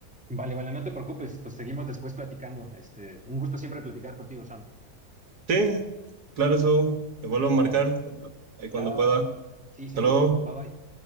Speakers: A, in the centre; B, on the right.
A: Vale, vale, no te preocupes, pues seguimos después platicando. Este, un gusto siempre platicar contigo, Sam.
B: Sí, claro, Saúl, te vuelvo a marcar
A: Vale,
B: cuando- ahí cuando
A: chao.
B: pueda.
A: Sí,
B: Hasta
A: seguro.
B: luego.
A: Bye bye.